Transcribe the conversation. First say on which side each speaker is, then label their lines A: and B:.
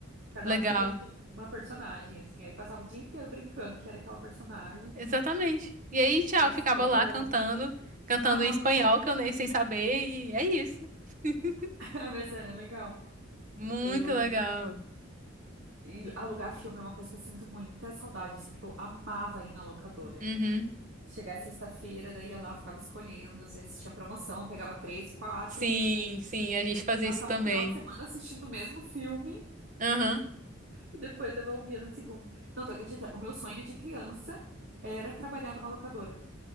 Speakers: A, on the right; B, on the right.
A: Cada
B: legal.
A: um queria ser uma personagem, assim. Aí passava o dia inteiro brincando que era aquela personagem.
B: Exatamente. E aí, tchau,
A: Na
B: eu
A: escola.
B: ficava lá cantando, cantando
A: Aham,
B: em espanhol que eu nem sei saber, e é isso. <laughs>
A: <laughs> Mas era legal.
B: Muito
A: Eu
B: legal.
A: e alugar filme é uma coisa que eu sinto muita saudade, assim, porque eu amava ir na locadora.
B: Uhum.
A: Chegar sexta-feira, daí ia lá, ficava escolhendo, às vezes tinha promoção, pegava três, quatro,
B: Sim, sim, a gente fazia
A: passava
B: isso também.
A: o final de semana assistindo o mesmo filme
B: Aham.
A: e depois devolvia no segundo. Não, tu acredita? O meu sonho de criança era trabalhar numa locadora.